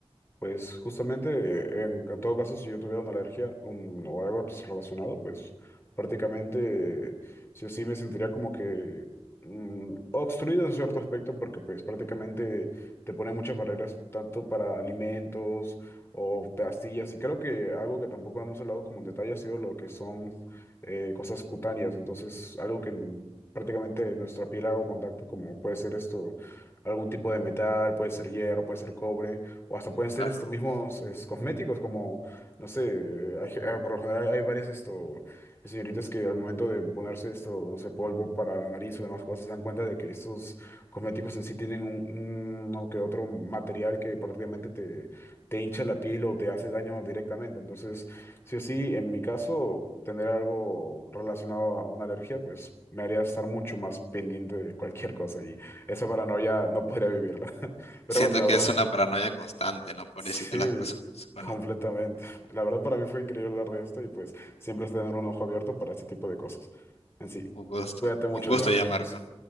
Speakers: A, on the left; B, on the left.
A: Pues justamente, en, en todo caso, si yo tuviera una alergia un- o algo relacionado, pues prácticamente sí o sí me sentiría como que mm, obstruido en cierto aspecto, porque pues prácticamente te ponen muchas barreras, tanto para alimentos o pastillas, y creo que algo que tampoco hemos hablado como en detalle ha sido lo que son eh, cosas cutáneas, entonces algo que n- prácticamente nuestra piel hago contacto, como puede ser esto, algún tipo de metal, puede ser hierro, puede ser cobre o hasta
B: Oh,
A: pueden ser
B: claro.
A: estos mismos es, cosméticos, como, no sé, hay ge- eh, por lo general hay varias esto, señoritas que al momento de ponerse esto, no sé, polvo para la nariz o demás cosas, se dan cuenta de que estos cosméticos en sí tienen un, un- uno que otro material que prácticamente te, te hincha la piel o te hace daño directamente. Entonces, sí o sí, en mi caso, tener algo relacionado a una alergia, pues me haría estar mucho más pendiente de cualquier cosa y esa paranoia no podría vivirla. <laughs> Pero
B: Siento
A: bueno, la
B: que
A: verdad.
B: es una paranoia constante, ¿no? Pobrecita
A: Sí,
B: las personas. Bueno,
A: completamente. La verdad para mí fue increíble hablar de esto y pues siempre es tener un ojo abierto para este tipo de cosas. En sí,
B: un gusto.
A: cuídate mucho,
B: Un gusto
A: Adrián,
B: ya,
A: nos vemos.
B: Marco.